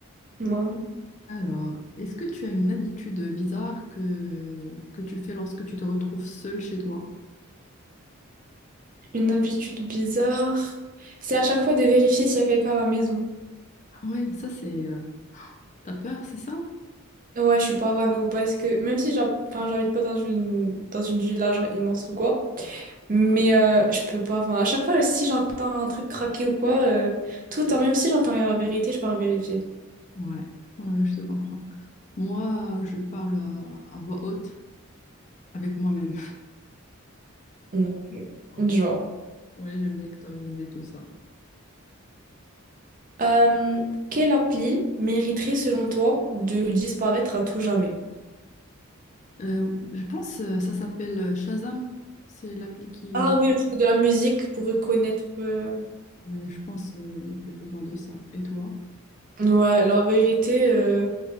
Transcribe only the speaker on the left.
Alors, est-ce que tu as une habitude bizarre que, que tu fais lorsque tu te retrouves seule chez toi?
Ouais, ça c'est. euh, T'as peur, c'est ça?
Ouais. ouais, ouais, je te comprends. Moi, je parle à, à voix haute avec moi-même.
<laughs> Voilà.
Ouais, j'aime bien extérioriser tout ça.
Euh, je pense euh, ça s'appelle euh, Shazam. C'est l'appli qui.
euh,
ouais, je pense euh, il n'y a plus besoin de ça. Et toi?